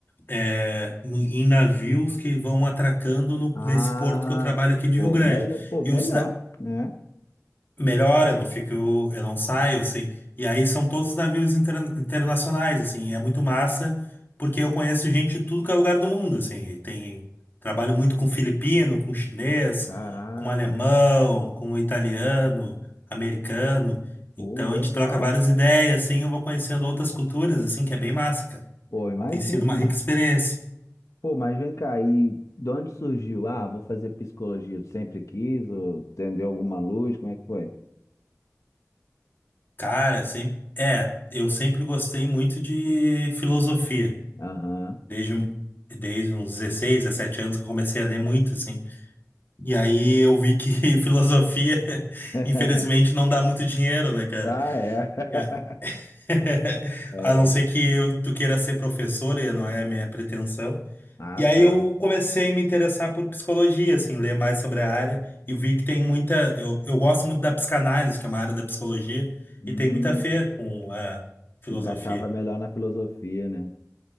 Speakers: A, on the left (about 40°); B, on the left (about 80°).
A: é, no- em navios que vão atracando no-
B: Ah,
A: nesse porto que eu trabalho aqui de
B: pô,
A: Rio Grande.
B: melhor, pô, melhor,
A: E os,
B: né?
A: melhor, eu não fico, eu não saio, assim. E aí são todos navios interna- internacionais, assim, e é muito massa, porque eu conheço gente de tudo que é lugar do mundo, assim. e Tem, trabalho muito com filipino, com chinês,
B: Caraca,
A: com alemão, com italiano, americano.
B: pô,
A: Então
B: legal.
A: a gente troca várias ideias, assim, eu vou conhecendo outras culturas, assim, que é bem massa, cara.
B: Pô, imagino,
A: Tem sido uma
B: mano.
A: rica experiência.
B: Pô, mas vem cá, e de onde surgiu? Ah, vou fazer psicologia. Tu sempre quis ou acendeu alguma luz? Como é que foi?
A: Cara, sempre, é, eu sempre gostei muito de filosofia.
B: Aham.
A: desde, um- desde uns 16, 17 anos que eu comecei a ler muito, assim. E aí eu vi que <laughs> filosofia,
B: <laughs>
A: infelizmente, não dá muito dinheiro, né, cara?
B: Ah, é. <laughs>
A: E a... <laughs>
B: É.
A: a não ser que eu, tu queira ser professora, e não é a minha pretensão.
B: Ah,
A: E aí
B: tá.
A: eu comecei a me interessar por psicologia, assim, ler mais sobre a área e vi que tem muita. Eu, eu gosto muito da psicanálise, que é uma área da psicologia,
B: Hum,
A: e tem muita a ver com a
B: se
A: filosofia.
B: encaixava melhor na filosofia, né?